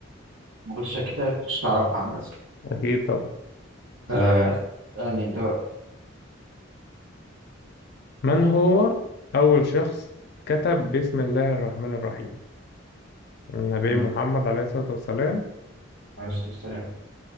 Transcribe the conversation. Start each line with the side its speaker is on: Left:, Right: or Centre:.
Right: ما كنتش اكدت عليك كنتش تعرفها عن بس
Left: اكيد طبعا
Right: آه، اسألني انت بقى
Left: من هو اول شخص كتب بسم الله الرحمن الرحيم النبي
Right: مم.
Left: محمد عليه الصلاة والسلام
Right: عليه الصلاة والسلام